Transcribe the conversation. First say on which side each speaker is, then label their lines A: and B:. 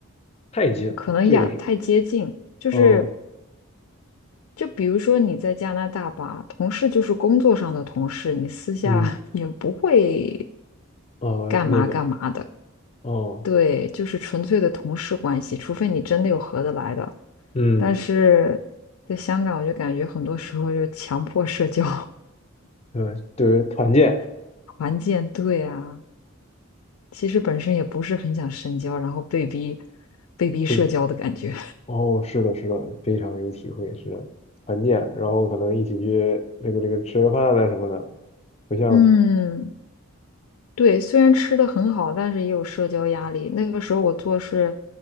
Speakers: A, on the left; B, on the left.
A: 太近了，
B: 可能养太接近，
A: 这个是，
B: 就是
A: 哦，
B: 就比如说你在加拿大吧，同事就是工作上的同事，你私下
A: 嗯，
B: <laughs> 也不会
A: 哦，
B: 干嘛干嘛的，
A: 那个，哦，
B: 对，就是纯粹的同事关系，除非你真的有合得来的。
A: 嗯，
B: 但是在香港，我就感觉很多时候就强迫社交，
A: 对，对，团建，
B: <laughs> 环境，对啊，其实本身也不是很想深交，然后被逼被逼社交的感觉，
A: 对，哦，是的，是的，非常有体会，是的，团建，然后可能一起去那个那个吃个饭啊什么的，不像，
B: <laughs> 嗯。对，虽然吃的很好，但是也有社交压力。那个时候我做事